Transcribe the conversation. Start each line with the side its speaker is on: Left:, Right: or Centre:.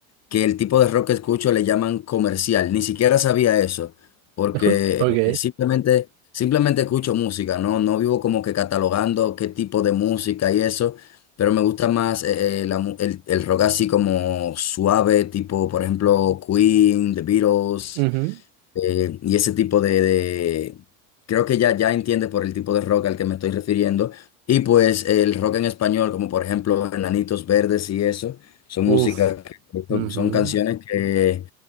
Left: que el tipo de rock que escucho le llaman comercial. Ni siquiera sabía eso, porque
Right: <laughs> ok,
Left: eh, simplemente, simplemente escucho música, ¿no? No vivo como que catalogando qué tipo de música y eso, pero me gusta más eh, eh, la mu- el, el rock así como suave, tipo, por ejemplo, Queen, The Beatles.
Right: ujú.
Left: Eh, y ese tipo de, de- creo que ya, ya entiende por el tipo de rock al que me estoy refiriendo. Y pues el rock en español, como por ejemplo Enanitos Verdes y eso, son músicas,
Right: Uf.
Left: que- son,
Right: ujú.
Left: son canciones que,